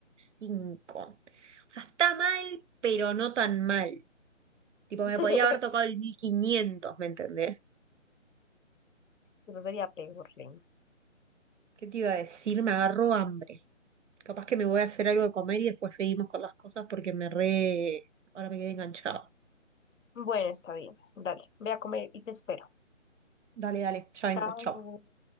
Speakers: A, on the right (about 70°); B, on the left (about 75°).
A: veinticinco. O sea, está mal, pero no tan mal. Tipo,
B: <laughs>
A: me podría haber tocado el 1500, ¿me entendés?
B: Eso sería peor, Lin.
A: ¿Qué te iba a decir? Me agarró hambre. Capaz que me voy a hacer algo de comer y después seguimos con las cosas porque me re... Ahora me quedé enganchado.
B: Bueno, está bien, dale, ve a comer y te espero.
A: Dale, dale, ya
B: Chao.
A: vengo, chao.